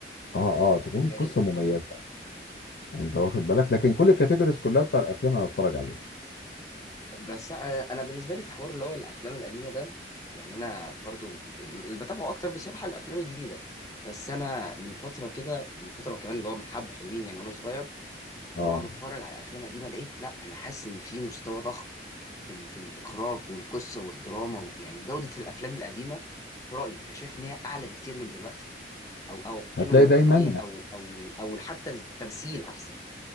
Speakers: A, on the left (about 65°); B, on the left (about 20°).
A: اه اه تكون
B: اللي بيعجبك
A: قصه مميزه انت واخد بالك لكن كل الكاتيجوريز كلها بتاع الافلام انا بتفرج عليها
B: بس انا انا بالنسبه لي في حوار اللي هو الافلام القديمه ده يعني انا برضو اللي بتابعه اكتر بصراحه الافلام الجديده بس انا من فتره كده من فتره كمان اللي هو من حبه حلوين يعني وانا صغير كنت
A: اه
B: بقعد اتفرج على افلام قديمه لقيت لا انا حاسس ان في مستوى ضخم في ال- في الاخراج والقصه والدراما و- يعني جوده الافلام القديمه في رايي انا شايف ان هي اعلى بكتير من دلوقتي او او القيمه
A: هتلاقي
B: المجتمعيه
A: دايما
B: او او او حتى التمثيل احسن